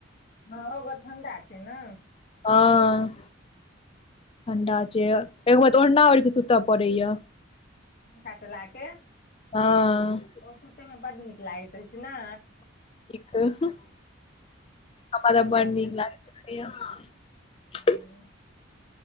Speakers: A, on the left; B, on the left.
A: हँ ओ घर ठण्डा छै ने
B: हं ठंडा छै एक बे तऽ ओढ़ना ओढ़िकऽ सुतय पड़ैया
A: पंखा च ला केे
B: हँ
A: ओ सुतैमे बड नीक लागैत रहै छै ने
B: कि क हं हमरा
A: पंखा
B: तऽ बड़
A: चला
B: नीक लागत रहैया ह
A: नहि
B: <unintelligible>